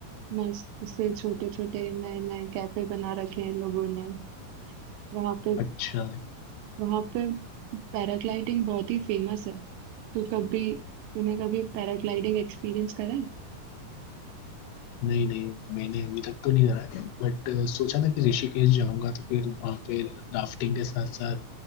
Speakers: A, on the right; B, on the left.
A: मस्त से छोटे छोटे नए नए कैफे बना रखे हैं लोगों ने वहां पे
B: अच्छा
A: वहां पे पैराग्लाइडिंग बहुत ही फेमस है तू कभी तूने कभी पैराग्लाइडिंग एक्सपीरियंस करा है
B: नहीं नहीं मैंने अभी तक तो नहीं करा है बट सोचा था कि ऋषिकेश जाऊंगा तो फिर वहाँ पे राफ्टिंग के साथ साथ